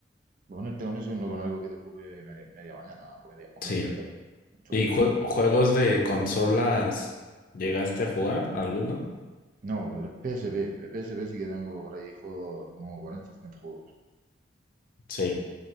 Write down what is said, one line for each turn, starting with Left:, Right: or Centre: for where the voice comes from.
Right: ponerte con eso y no con algo que te ocupe media, media mañana o media, o
Left: Sí.
Right: media tarde. Entonces,
Left: ¿Y jue- juegos de consolas llegaste a jugar alguno?
Right: No, la PSP, la PSP sí que tengo por ahí juegos como 40 o 50 juegos.
Left: Sí.